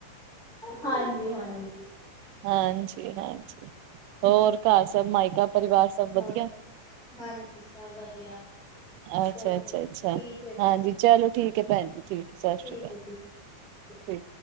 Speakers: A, in the centre; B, on the right.
A: ਹਾਂਜੀ- ਹਾਂਜੀ।
B: ਹਾਂਜੀ, ਹਾਂਜੀ। ਹੋਰ ਘਰ ਸਭ ਮਾਇਕਾ ਪਰਿਵਾਰ ਸਭ
A: ਹੋਰ
B: ਵਧੀਆ।
A: ਹਾਂਜੀ, ਸਭ ਵਧੀਆ।
B: ਅੱਛਾ-ਅੱਛਾ-ਅੱਛਾ,
A: ਚਲੋ ਠੀਕ ਹੈ ਜੀ
B: ਹਾਂਜੀ, ਚਲੋ ਠੀਕ ਹੈ ਭੈਣ ਜੀ ਠੀਕ ਹੈ ਸਤਿ
A: ਠੀਕ
B: ਸ਼੍ਰੀ ਅਕਾਲ।
A: ਹੈ ਜੀ।
B: ਠੀਕ